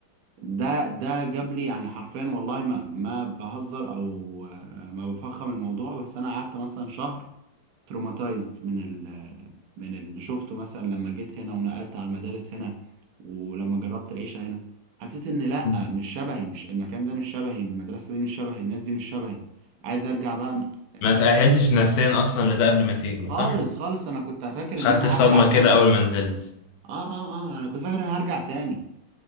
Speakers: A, on the right; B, on the left.
A: ده ده جاب لي يعني حرفيا والله ما ما بهزر او آه، ما بفخم الموضوع بس انا قعدت مثلا شهر تروماتايزد من ال من اللي شفته مثلا لما جيت هنا ونقلت على المدارس هنا ولما جربت العيشة هنا حسيت ان لا
B: مم.
A: مش شبهي مش المكان ده مش شبهي المدرسة دي مش شبهي الناس دي مش شبهي عايز ارجع بقى م- المكان
B: ما تأهلتش نفسيا اصلا لده قبل ما تيجي
A: خالص
B: صح
A: خالص انا كنت فاكر
B: خدت
A: ان انا
B: الصدمة
A: هرجع تاني
B: كده اول ما نزلت
A: اه اه اه انا كنت فاكر ان أنا هرجع تاني